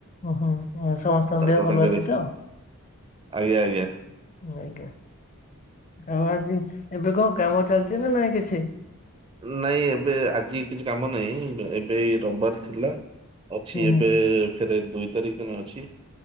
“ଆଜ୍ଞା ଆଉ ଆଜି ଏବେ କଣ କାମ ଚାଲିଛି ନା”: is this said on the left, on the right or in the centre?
Left